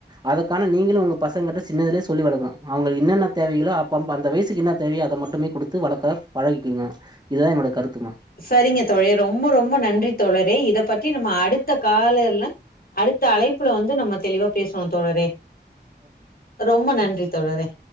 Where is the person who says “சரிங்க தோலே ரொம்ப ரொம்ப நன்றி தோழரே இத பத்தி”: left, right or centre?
Left